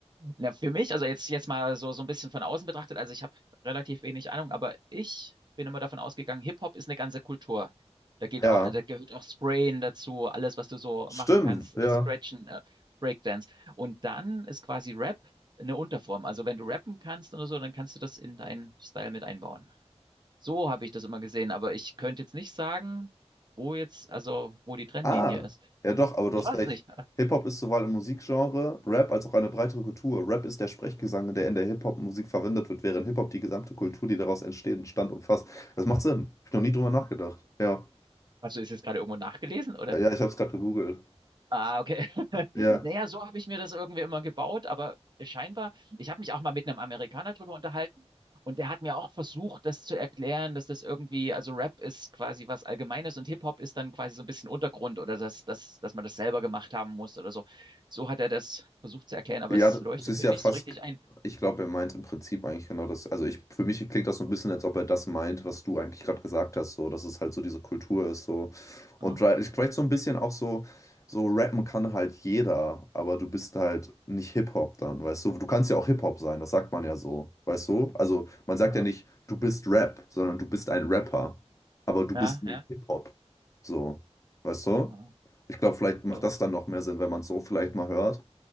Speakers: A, on the right; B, on the left.
A: Na, für mich, also jetzt, jetzt mal so, so ein bisschen von außen betrachtet, also ich habe relativ wenig Ahnung, aber ich bin immer davon ausgegangen, Hip-Hop ist eine ganze Kultur. Da geht
B: ja,
A: auch, da gehört auch Sprayen dazu, alles, was du so
B: stimmt,
A: machen kannst,
B: ja.
A: äh, Stretchen, äh, Breakdance. Und dann ist quasi Rap eine Unterform. Also wenn du rappen kannst oder so, dann kannst du das in deinen Style mit einbauen. So habe ich das immer gesehen, aber ich könnte jetzt nicht sagen, wo jetzt, also wo die Trennlinie
B: Ah,
A: ist.
B: ja doch, aber du
A: Ich
B: hast
A: weiß
B: recht.
A: es nicht.
B: Hip-Hop ist sowohl im Musikgenre, Rap als auch eine breitere Kultur. Rap ist der Sprechgesang, der in der Hip-Hop-Musik verwendet wird, während Hip-Hop die gesamte Kultur, die daraus entsteht, entstand umfasst. Das macht Sinn. Hab ich noch nie drüber nachgedacht. Ja.
A: Hast du es jetzt gerade irgendwo nachgelesen
B: Ja, ich habe es gerade gegoogelt.
A: Ah, okay. <laughs>
B: Ja.
A: Naja, so habe ich mir das irgendwie immer gebaut, aber scheinbar, ich habe mich auch mal mit einem Amerikaner drüber unterhalten und der hat mir auch versucht, das zu erklären, dass das irgendwie, also Rap ist quasi was Allgemeines und Hip-Hop ist dann quasi so ein bisschen Untergrund oder dass, dass, dass man das selber gemacht haben muss oder so. So hat er das versucht zu erklären, aber
B: Ja,
A: es
B: d-
A: leuchtet
B: es ist
A: mir
B: ja
A: nicht
B: fast,
A: so richtig ein.
B: ich glaube, er meint im Prinzip eigentlich genau das. Also ich, für mich klingt das so ein bisschen, als ob er das meint, was du eigentlich gerade gesagt hast, so, dass es halt so diese Kultur ist, so. Und
A: Ja,
B: vielleicht vielleicht so ein bisschen auch so, so rappen kann halt jeder, aber du bist halt nicht Hip-Hop dann, weißt du? Du kannst ja auch Hip-Hop sein, das sagt man ja so, weißt du? Also man sagt
A: ja,
B: ja nicht, du bist Rap, sondern du bist ein Rapper, aber du
A: ja,
B: bist nicht
A: ja,
B: Hip-Hop, so, weißt du?
A: ja,
B: ich glaube, vielleicht
A: okay.
B: macht das dann noch mehr Sinn, wenn man es so vielleicht mal hört.